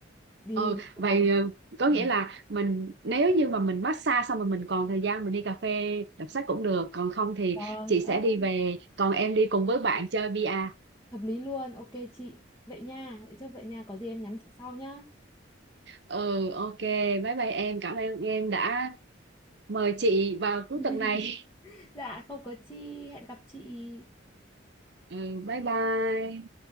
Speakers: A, on the left (about 15°); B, on the right (about 55°).
A: đi
B: ừ
A: đi yoga
B: vậy
A: thì
B: ờ, có nghĩa
A: ừ.
B: là mình nếu như mà mình massage xong rồi mình còn thời gian mình đi cà phê đọc sách cũng được còn không thì
A: Vâng,
B: chị
A: ô,
B: sẽ đi về còn em đi cùng với bạn chơi VR
A: hợp lý luôn, ok chị. Vậy nha, vậy chốt vậy nha, có gì em nhắn chị sau nhá.
B: ừ ok bye bye em cảm ơn em đã mời chị vào cuối
A: <laughs>
B: tuần này
A: Dạ, không có chi, hẹn gặp chị.
B: ừ bye bye